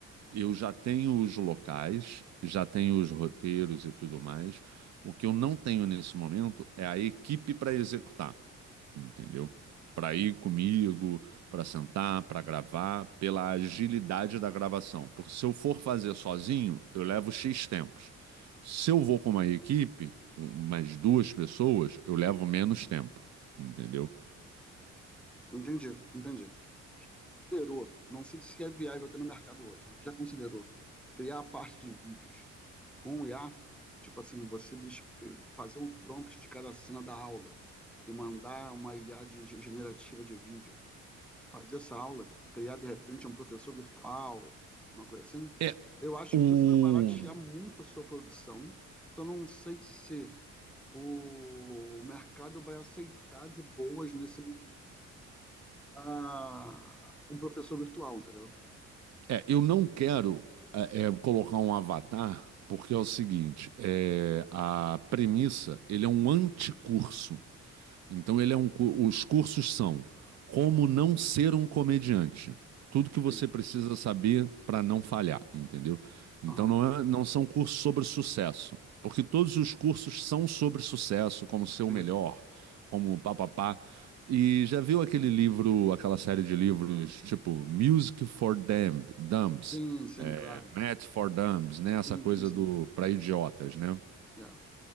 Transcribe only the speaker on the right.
Eu já tenho os locais, já tenho os roteiros e tudo mais. O que eu não tenho nesse momento é a equipe para executar. entendeu? Para ir comigo, para sentar, para gravar, pela agilidade da gravação. Porque se eu for fazer sozinho, eu levo X tempos. Se eu vou com uma equipe, um- umas duas pessoas, eu levo menos tempo, entendeu?
É,
o...
é, eu não quero é, é, colocar um avatar, porque é o seguinte, é, a premissa, ele é um anticurso. Então ele é um, cu- os cursos são como não ser um comediante. Tudo que você
precisa saber para não falhar, entendeu? Então
não é- não são cursos sobre sucesso, porque todos os cursos são sobre sucesso, como ser o
melhor, como papapá. E já viu aquele livro, aquela série de livros, tipo Music for Dumb, Dumbs,
é,
Math for Dumbs, né? Essa
coisa
do para idiotas, né?